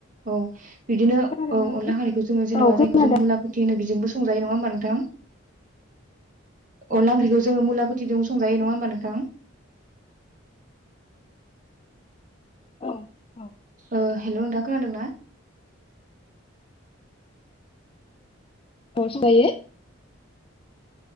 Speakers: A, on the right; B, on the left.
A: औ। बिदिनो औ
B: खोनादोंना नोंथां
A: अनला खारिखौ जोङो जेनेबा
B: औ खोनादों
A: जायखौ जों मुलाखुथि होनो बेजोंबो संजायो नङा होमबा नोंथां।
B: औ
A: अनला ओंख्रिखौ जोङो मुलाखुथिजों संजायो नङा होमबा नोंथां।
B: औ औ
A: ओ हेलौ नोंथा खोनादोंना?
B: अ संजायो।